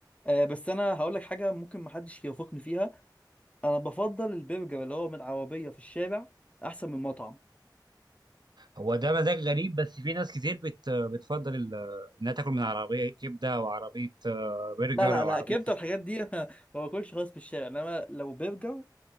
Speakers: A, on the left (about 15°); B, on the right (about 65°).
A: أه بس انا هقول لك حاجه ممكن محدش يوافقني فيها انا بفضل البرجر اللي هو من عربيه في الشارع احسن من مطعم
B: هو ده مزاج غريب بس في ناس كتير بت... بتفضل ال... انها تاكل من عربيه كبده او عربيه آه، برجر
A: لا لا
B: او
A: لا
B: عربيه
A: كبده الحاجات دي <laughs> ما باكلش خالص في الشارع انما لو برجر